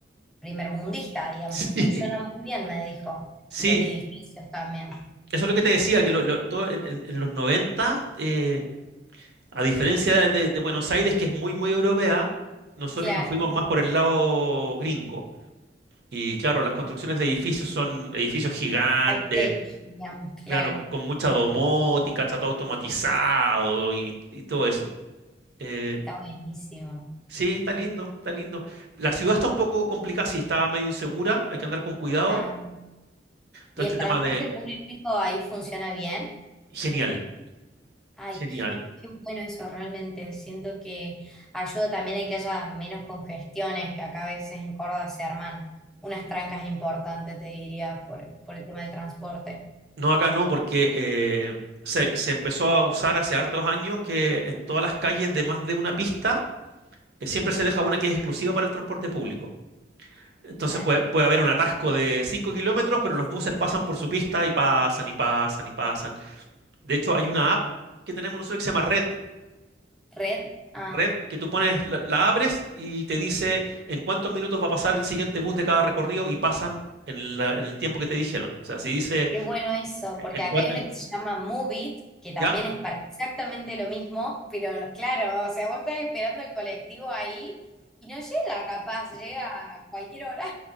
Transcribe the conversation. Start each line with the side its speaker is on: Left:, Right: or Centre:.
Centre: primer mundista, digamos,
Right: Sí,
Centre: que funciona
Right: <laughs>
Centre: muy bien, me dijo.
Right: Sí,
Centre: Y los edificios también.
Right: eso es lo que te decía, que lo- lo- todo en, en- en los 90 eh, a diferencia de, de Buenos Aires, que es muy, muy europea, nosotros
Centre: Claro,
Right: nos fuimos más por el lado gringo. Y claro, las construcciones de edificios son edificios gigantes,
Centre: high tech, digamos, claro.
Right: claro, con mucha domótica,
Centre: Listo,
Right: está todo automatizado y, y todo eso. Eh,
Centre: Está buenísimo.
Right: Sí, está lindo,
Centre: Sí.
Right: está lindo. La ciudad está un poco complicada, sí, está medio insegura, hay que andar con cuidado.
Centre: Ah,
Right: Todo
Centre: ¿y
Right: este
Centre: el
Right: tema
Centre: transporte
Right: de...
Centre: público ahí funciona bien?
Right: Genial,
Centre: Ay,
Right: genial.
Centre: qué, qué bueno eso realmente. Siento que ayuda también a que haya menos congestiones, que acá a veces en Córdoba se arman unas trancas importantes, te diría, por, por el tema del transporte.
Right: No, acá no, porque eh, se, se empezó a usar hace hartos años que en todas las calles de más de una pista eh, siempre se deja una que es exclusiva para el transporte público. Entonces
Centre: Claro.
Right: puede, puede haber un atasco de 5 kilómetros, pero los buses pasan por su pista y pasan y pasan y pasan. De hecho, hay una app que tenemos nosotros que se llama Red,
Centre: ¿Red? Ah,
Right: red que tú pones, la, la abres y te dice en cuántos minutos va a pasar el siguiente bus de cada recorrido y pasan en, la- en el tiempo que te dijeron. O sea, si dice
Centre: Qué bueno eso, porque
Right: en
Centre: acá
Right: cua-
Centre: hay
Right: en-
Centre: una que se llama Move It, que
Right: ¿ya?
Centre: también es para exactamente lo mismo, pero claro, o sea, vos estás esperando el colectivo ahí y no llega, capaz, llega a cualquier hora.